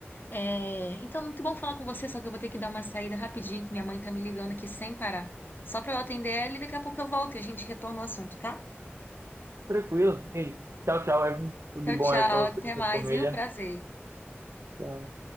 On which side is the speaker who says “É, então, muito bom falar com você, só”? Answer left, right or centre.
Left